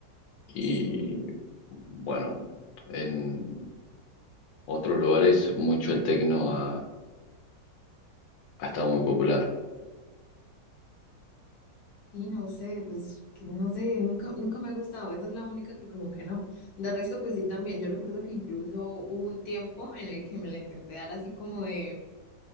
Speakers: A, on the left (about 80°); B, on the left (about 70°).
A: y,
B: Sí.
A: bueno, en otros lugares mucho el tecno ha, Ha estado muy popular.
B: Y no sé, pues que no sé, nunca, nunca me ha gustado, esa es la única que como que no. De resto, pues sí también, yo recuerdo que incluso hubo un tiempo en el que me la intenté dar así como de,